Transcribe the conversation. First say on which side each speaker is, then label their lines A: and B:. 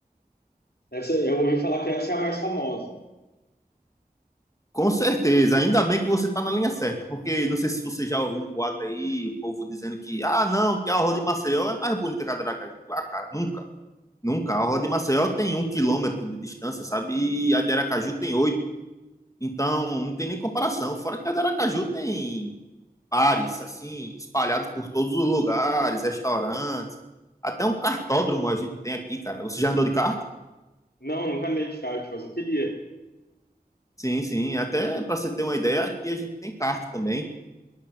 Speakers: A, on the left; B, on the left.
A: Essa, eu ouvi falar que essa é a mais famosa.
B: Com certeza, ainda bem que você tá na linha certa, porque não sei se você já ouviu um boato aí, o povo dizendo que, ah, não, que a orla de Maceió é mais bonita que a de Aracaju. Ah, cara, nunca, nunca. A orla de Maceió tem um quilômetro de distância, sabe? E a de Aracaju tem oito. Então, não tem nem comparação. Fora que a de Aracaju tem bares, assim, espalhados por todos os lugares, restaurantes. Até um kartódromo a gente tem aqui, cara. Você já andou de kart?
A: Não, nunca andei de kart, mas eu queria.
B: Sim, sim. Até para você ter uma ideia, aqui a gente tem kart também.